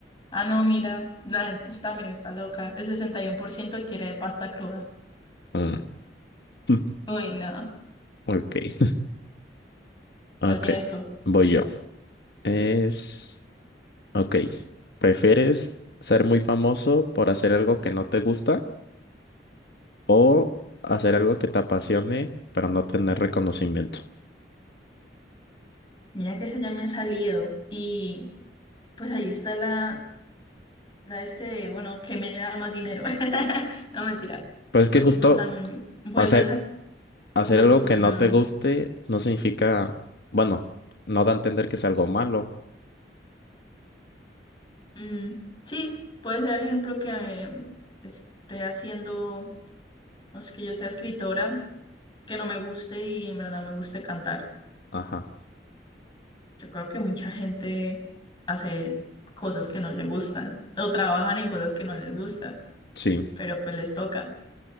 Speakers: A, on the left (about 25°); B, on the left (about 60°).
A: Ah, no, mira, la gente también está loca. El 61% quiere pasta cruda.
B: mm, mm,
A: Uy, no.
B: Ok. <laughs> Ok.
A: ¿Cuál tienes tú?
B: Voy yo. Es. Ok. ¿Prefieres ser muy famoso por hacer algo que no te gusta o hacer algo que te apasione pero no tener reconocimiento?
A: Mira que esa ya me ha salido y pues ahí está la, la este, bueno, que me da más dinero. <laughs> No, mentira,
B: Pues es
A: porque
B: que justo
A: pues también vuelve
B: hacer,
A: esa
B: hacer
A: como
B: algo
A: discusión.
B: que no te guste no significa. Bueno, no da a entender que es algo malo.
A: Mm, sí, puede ser ejemplo que eh, esté haciendo, no sé, que yo sea escritora, que no me guste y en verdad me guste cantar.
B: Ajá.
A: Yo creo que mucha gente hace cosas que no le gustan o trabajan en cosas que no les gusta,
B: Sí.
A: pero pues les toca.